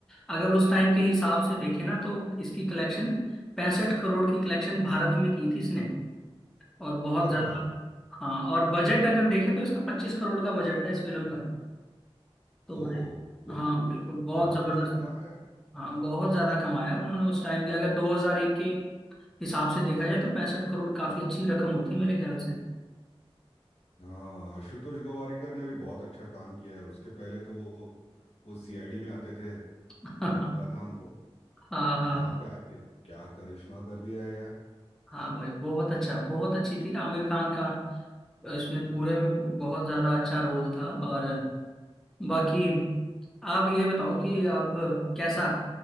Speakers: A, in the centre; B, on the left.
A: अगर उस टाइम के हिसाब से देखे ना तो इसकी कलेक्शन पैंसठ करोड़ की कलेक्शन भारत में की थी इसने और बहुत
B: अरे
A: ज्यादा
B: बाप रे
A: हाँ और बजट अगर देखें तो इसका पच्चीस करोड़ का बजट था इस फिल्म का तो
B: ओ
A: भाई
B: तो
A: हाँ बिल्कुल बहुत
B: बहुत
A: जबरदस्त
B: अच्छा कमाया यार
A: हाँ बहुत ज्यादा कमाया उन्होंने उस टाइम के अगर 2001 के हिसाब से देखा जाए तो पैंसठ करोड़ काफी अच्छी रकम होती है मेरे ख्याल से <laughs>
B: हाँ आशुतोष गवारीकर ने भी बहुत अच्छा काम किया है उसके पहले तो वो वो सीआईडी में आते थे
A: हाँ
B: वही पता था हमको
A: हाँ
B: यहाँ पे आके क्या करिश्मा कर दिया है यार
A: हाँ भाई बहुत अच्छा बहुत अच्छी थी आमिर खान का इसमें पूरे में पू- बहुत ज्यादा अच्छा रोल था और बाकी आप ये बताओ कि आप कैसा